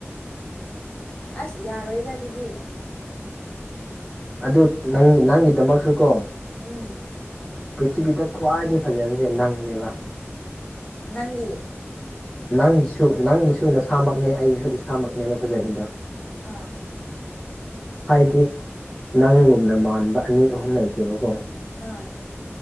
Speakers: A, on the left; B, in the centre.
A: ꯑꯁ ꯌꯥꯔꯣꯏꯗ ꯑꯗꯨꯗꯤ
B: ꯑꯗꯨꯗ ꯅꯪ ꯅꯪ ꯗꯃꯛꯁꯨ ꯀꯣ
A: ꯎꯝ
B: ꯄ꯭ꯔꯤꯊꯤꯕꯤꯗ ꯈ꯭ꯋꯥꯏꯗꯒꯤ ꯐꯖꯕꯁꯦ ꯅꯪ ꯕ
A: ꯅꯪꯒꯤ
B: ꯅ ꯅꯪꯒꯤꯁꯨ ꯅꯁꯥꯃꯛꯅꯦ ꯑꯩꯒꯤꯁꯨ ꯏꯁꯥꯃꯛꯅꯦꯕ ꯐꯖꯔꯤꯗꯣ
A: ꯑꯥ
B: ꯍꯥꯏꯗꯤ ꯅꯪꯒꯨꯝꯅ ꯃꯥꯟꯕ ꯑꯅꯤ ꯑꯍꯨꯝ ꯂꯩꯇꯦꯕꯀꯣ
A: ꯑꯥ